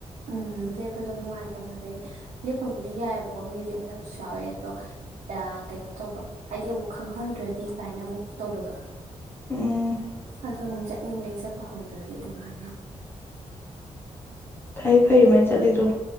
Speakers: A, on the right (about 75°); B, on the left (about 20°).
A: ꯑꯥ ꯂꯦꯞꯄꯗꯣ ꯅꯨꯡꯉꯥꯏꯇꯕ ꯑꯗꯒꯤ ꯂꯦꯞꯄꯕꯨꯗꯤ ꯌꯥꯏꯑꯕꯀꯣ ꯃꯤ ꯂꯦꯞꯅꯕꯁꯨ ꯌꯥꯎꯋꯦ ꯑꯗꯣ ꯀꯩꯅꯣ ꯇꯧꯕ ꯍꯥꯏꯗꯤ ꯑꯃꯨꯛ ꯈꯪꯍꯧꯗ꯭ꯔꯗꯤ ꯀꯥꯏꯅ ꯑꯃꯨꯛ ꯇꯧꯕꯗꯣ
B: ꯎꯝ
A: ꯑꯗꯣ ꯑꯃꯨꯛ ꯆꯠꯅꯤꯡꯕ ꯍꯦꯛ ꯆꯠꯄ ꯍꯧꯈꯔꯗꯤ ꯑꯗꯨꯃꯥꯏꯅ꯫
B: ꯐꯩ ꯐꯩ ꯃꯥꯏ ꯆꯠꯂꯤꯗꯣ